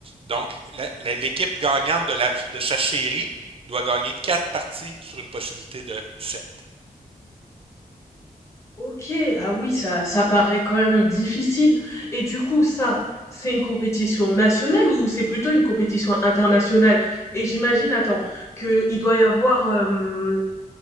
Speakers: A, on the right; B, on the left.
A: Donc, la- la- l'équipe gagnante de, la- de sa série doit gagner quatre parties sur une possibilité de 7.
B: OK, ah oui, ça ça paraît quand même difficile et du coup ça, c'est une compétition nationale ou c'est plutôt une compétition internationale? Et j'imagine, attends, qu'il doit y avoir, hem,